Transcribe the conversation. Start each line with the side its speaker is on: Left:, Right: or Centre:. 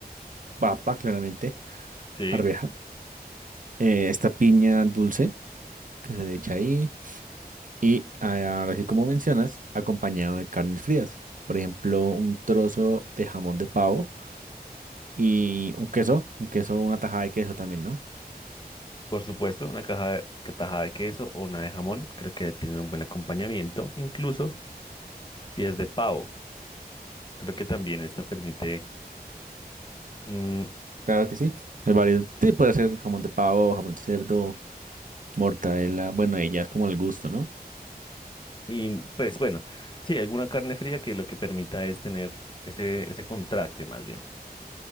Right: papa, claramente,
Left: sí,
Right: arveja, eh, esta piña dulce que se le echa ahí y ah, ahora sí como mencionas, acompañado de carnes frías. Por ejemplo, un trozo de jamón de pavo Y un queso, un queso, una tajada de queso también, ¿no?
Left: por supuesto, una caja de, que- tajada de queso o una de jamón, creo que tienen un buen acompañamiento. Incluso Si es de pavo, creo que también esta permite, mm,
Right: Claro que sí. Hay varios, sí, puede ser jamón de pavo, jamón de cerdo, mortadela, bueno, ahí ya es como el gusto, ¿no?
Left: y pues bueno, sí, alguna carne fría que lo que permita es tener ese, ese contraste más bien.